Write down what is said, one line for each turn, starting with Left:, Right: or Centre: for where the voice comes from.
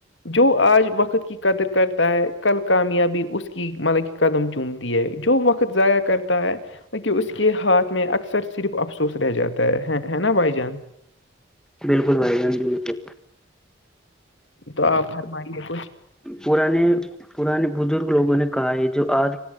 Left: جو آج وقت کی قدر کرتا ہے کل کامیابی اس کی مطلب کہ قدم چومتی ہے جو وقت ضائع کرتا ہے کہ اس کے ہاتھ میں اکثر صرف افسوس رہ جاتا ہے ہے نا بھائی جان
Centre: بالکل بھائی جان بالکل
Left: تو آپ ہرمائیں گے کچھ
Centre: پے پانی بزرگ لوگوں نے کہا ہے جو آج